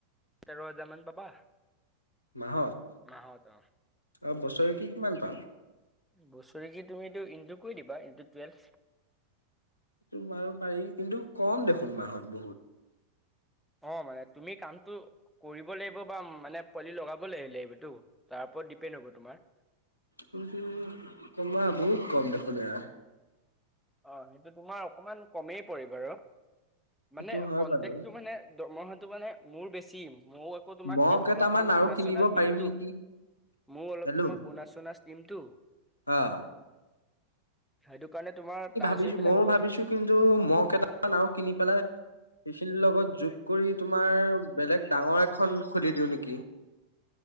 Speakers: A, in the centre; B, on the left (about 80°).
A: তেৰ হাজাৰ মান পাবা
B: মাহত
A: মাহত অ
B: অ বছৰেকী কিমান পাম
A: বছৰি কি তুমিটো ইনটু কৰি দিবা ইনটু টুৱেলভ
B: সেইটো বাৰু পাৰি কিন্তু কম দেখোন মাহত বহুত
A: অ মানে তুমি কামটো কৰিব লাগিব বা মানে পোৱালি লগাব লাগি লাগিবটো তাৰ ওপৰত ডিপেণ্ড হ'ব তোমাৰ
B: কিন্তু ছমাহ বহুত কম দেখোন এয়া
A: অ সেইটো তোমাৰ অকমান কমেই পৰিব আৰু
B: সেইটো
A: মানে
B: হয়
A: কনটেক্টটো
B: বাৰু
A: মানে মই হয়টো মানে মোৰ বেছি মও আকৌ তোমাক
B: মহ
A: কি
B: কেইটামান
A: অলপমান
B: আৰু
A: বোনাছ
B: কিনিব
A: চোনাছ দিমতো
B: পাৰিম নেকি
A: মোৰ অলপ
B: হেল্ল'
A: তোমাক বোনাছ চোনাছ দিমটো
B: অ
A: সেইটো কাৰণে তোমাৰ
B: ভাবিছোঁ
A: হৈ পেলাই
B: মও
A: হ'ব
B: ভাবিছোঁ কিন্তু মহ কেইটামান আৰু কিনি পেলাই সেইখিনিৰ লগত যোগ কৰি তোমাৰ বেলেগ ডাঙৰ এখন খুলি দিওঁ নেকি